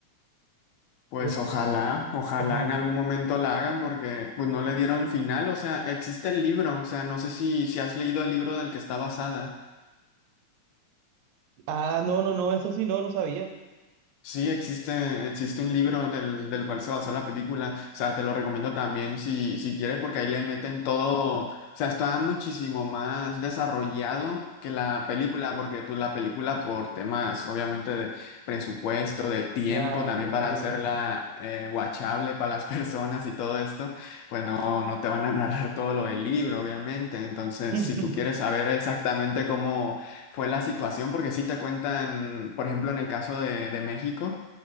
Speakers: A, on the left (about 80°); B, on the right (about 85°).
A: pues
B: pero
A: ojalá, ojalá
B: ojalá.
A: en algún momento la hagan porque pues no le dieron final, o sea, existe el libro, o sea, no sé si, si has leído el libro del que está basada.
B: Ah, no, no, no, eso sí, no, no sabía.
A: Sí, existe, existe un libro del, del cual se basó la película. O sea, te lo recomiendo también si, si quieres, porque ahí le meten todo. O sea, está muchísimo más desarrollado que la película, porque pues la película por temas, obviamente, de presupuesto, de tiempo,
B: Claro,
A: también para
B: tiempo.
A: hacerla eh, watchable para las <laughs> personas y todo esto, pues no, no te van a narrar todo lo del libro, obviamente. Entonces,
B: <laughs>
A: si tú quieres saber exactamente cómo fue la situación, porque sí te cuentan, por ejemplo, en el caso de, de México,